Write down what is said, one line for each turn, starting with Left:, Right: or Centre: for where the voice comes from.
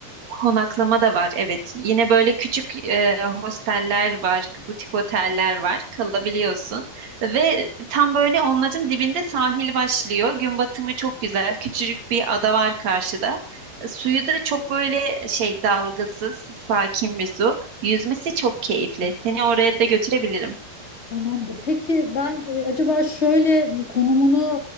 Right: Konaklama da var, evet. Yine böyle küçük e, hosteller var, butik oteller var, kalabiliyorsun. Ve tam böyle onların dibinde sahil başlıyor. Gün batımı çok güzel, küçücük bir ada var karşıda. E, Suyu da çok böyle şey dalgasız, sakin bir su. Yüzmesi çok keyifli. Seni oraya da götürebilirim.
Left: Tamamdır. Peki ben e, acaba şöyle konumunu